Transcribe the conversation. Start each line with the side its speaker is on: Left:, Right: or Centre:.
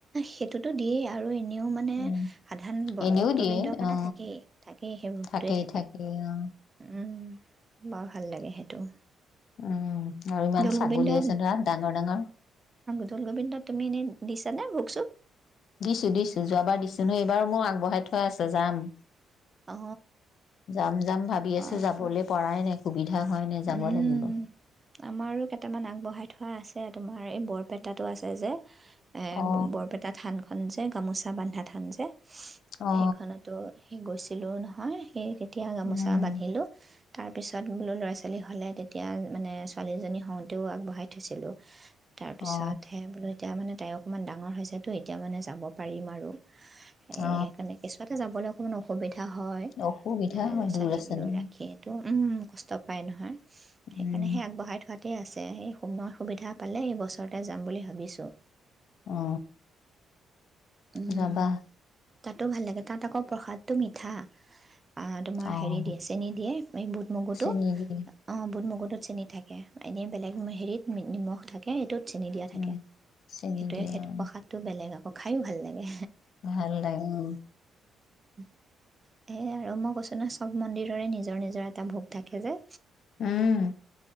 Right: সেইটোতো দিয়েই আৰু এনেও মানে
Left: উম
Right: সাধাৰণ ভক্তবিন্দৰ
Left: এনেও দিয়ে
Right: কাৰণে
Left: অ
Right: থাকেই থাকেই সেই ভক্তোৱে
Left: থাকেই
Right: থাকে
Left: থাকেই অ
Right: উম। বাৰ ভাল লাগে সেইটো।
Left: উম। আৰু ইমান
Right: দৌল
Left: ছাগলী
Right: গোবিন্দত
Left: আছে ধৰা ডাঙৰ ডাঙৰ
Right: দৌল গোবিন্দত তুমি এনে দিছ যেনে ভোগ-চোগ
Left: দিছোঁ, দিছোঁ। যোৱাবাৰ দিছোঁ নহয়। এইবাৰো মোক আগবঢ়াই থোৱা আছে। যাম।
Right: অ',
Left: যাম, যাম ভাবি
Right: হয়,
Left: আছোঁ। যাবলৈ
Right: হয়,
Left: পৰাই নাই। সুবিধা হয় নাই যাব
Right: উম
Left: লাগিব
Right: আমাৰো কেইটামান আগবঢ়াই থোৱা আছে, তোমাৰ এই বৰপেটাটো আছে যে এ,
Left: অ
Right: বৰপেটা থান। থান যে, গামোচা বান্ধা থান যে
Left: অ
Right: সেইখনতো সেই গৈছি ছিলোঁ নহয়, সেই তিয়া গামোচা
Left: উম
Right: বান্ধিলোঁ। তাৰ পিছত, বোলো, ল'ৰা-ছোৱালী ল'ৰা-ছোৱালী হ'লে, তেতিয়া, মানে, ছোৱালীজনী হওঁতেও আগবঢ়াই থৈছিলোঁ। তাৰপিছতহে
Left: অ
Right: বোলো এতিয়া মানে তাই অকণমান ডাঙৰ হৈছেতো। এতিয়া মানে, যাব পাৰিম আৰু এ,
Left: অ
Right: সেইকাৰণে কেঁচুৱাতে যাবলৈ কোন অসুবিধা পিন্ধা হয়।
Left: অসুবিধা
Right: ল'ৰা-ছোৱালী
Left: হয় দূৰ আছে নহয়
Right: ৰাখিটো, উম, কষ্ট নাপায় নহয়। সেইকাৰণেহে
Left: উম
Right: আগবঢ়াই থোৱাত তে আছে। সেই সময় সুবিধা পালে, এই বছৰতে যাম বুলি ভাবিছোঁ।
Left: অ
Right: উম।
Left: যাবা
Right: তাতো ভাল লাগে। তাত আকৌ প্ৰসাদ টো মিঠা। আ, তোমাৰ
Left: অ',
Right: হেৰি দিয়ে, চেনি দিয়ে, এই বুট-মগুটো
Left: চেনি দিয়ে
Right: অ', বুট-মগুটোত চেনি থাকে। এনেই বেলেগ হেৰিত নিমখ থাকে। এইটোত চেনি দিয়া থাকে।
Left: উম। চেনি
Right: সেইটোৱেই,
Left: দিয়ে
Right: সেইটো
Left: অ',
Right: প্ৰসাদটো বেলেগ আৰু অ', খায়ো ভাল লাগে।
Left: ভাল লাগে।
Right: এ, আৰু মই কৈছোঁ ন, চব মন্দিৰৰে নিজৰ-নিজৰ এটা ভোগ থাকে যে
Left: উম।